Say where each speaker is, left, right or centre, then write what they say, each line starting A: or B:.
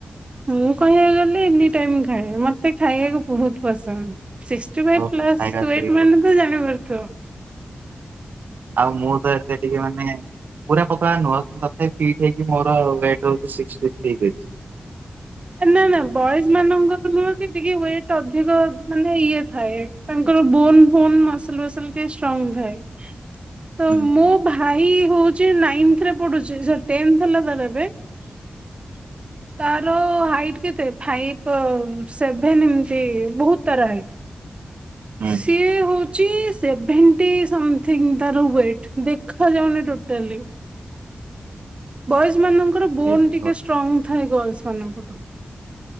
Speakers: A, on the right; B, on the right.
A: ମୁଁ କହିବାକୁ ଗଲେ ଏନି ଟାଇମ୍ ଖାଏ। ମତେ ଖାଇବାକୁ ବହୁତ ପସନ୍ଦ। ସିକ୍ସ୍ ଟି ଫାଇଫ୍
B: ଓହୋ
A: ପ୍ଲସ
B: ଖାଇବା
A: ୱେଟ୍
B: ପିରିୟଡ଼
A: ମାନେ ତ ଜାଣିପାରୁଥିବ।
B: ଆଉ ମୁଁ ତ ଏତେ ଟିକେ ମାନେ ପୁରା ପତଳା ନୁହଁ କିନ୍ତୁ ତଥାପି ଫିଟ୍ ହେଇକି ମୋର ୱେଟ୍ ହଉଛି ସିକ୍ସଟି ଥ୍ରୀ କେଜି।
A: ଏ ନାଁ ନାଁ ବଏଜମାନଙ୍କର ନୁହଁ କି ଟିକେ ୱେଟ୍ ଅଧିକ ମାନେ ଇଏ ଥାଏ। ତାଙ୍କର ବୋନ୍ ଫୋନ୍ ମସଲ୍ ଫସଲ୍ ଟିକେ ଷ୍ଟ୍ରଙ୍ଗ ଥାଏ। ତ
B: ହୁଁ
A: ମୋ ଭାଇ ହଉଛି ନାଇନ୍ଥରେ ପଢ଼ୁଛି ସରି ଟେନ୍ଥ ହେଲା ତାର ଏବେ ତାର ହାଇଟ୍ କେତେ ଫାଇପ୍ ସେଭେନ୍ ଏମିତି ବହୁତ ତାର ହାଇଟ୍।
B: ହୁଁ
A: ସିଏ ହଉ ଚି ସେଭେଣ୍ଟି ସମଥିଙ୍ଗ୍ ତାର ୱେଟ୍। ଦେଖାଯାଉନି ଟୋଟାଲି। ବଏଜମାନଙ୍କର ବୋନ୍
B: ଏଇସବୁ।
A: ଟିକେ ଷ୍ଟ୍ରଙ୍ଗ ଥାଏ ଗର୍ଲସ ମାନଙ୍କଠୁ।